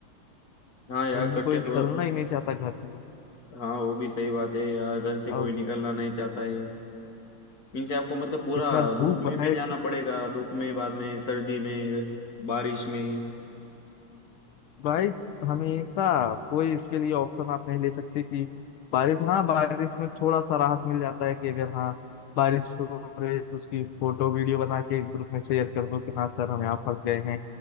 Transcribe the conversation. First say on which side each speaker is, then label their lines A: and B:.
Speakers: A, on the left; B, on the left.
A: हाँ यार
B: जल्दी
A: कट्टे
B: कोई
A: तो
B: निकलना ही नहीं चाहता घर से
A: हाँ वो भी सही बात है यार घर से
B: और
A: कोई निकलना नहीं चाहता है मीन्स आपको मतलब पूरा
B: इतना धूप
A: धूप में भी
B: है
A: जाना पड़ेगा धूप में बाद में सर्दी में बारिश में
B: भाई हमेशा कोई इसके लिए ऑप्शन आप नहीं ले सकते कि बारिश हाँ बारिश में थोड़ा सा राहत मिल जाता है कि अगर हाँ बारिश हो रही है तो उसकी फोटो वीडियो बना के एक ग्रुप में शेयर कर दो कि हाँ सर हम यहाँ फंस गए हैं